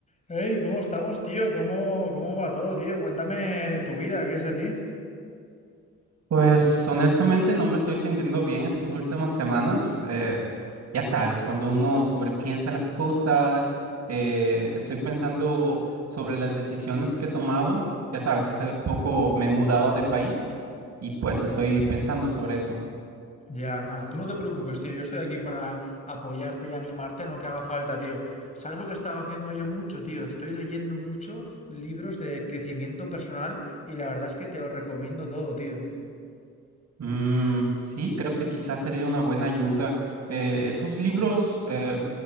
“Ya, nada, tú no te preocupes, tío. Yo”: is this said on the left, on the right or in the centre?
Left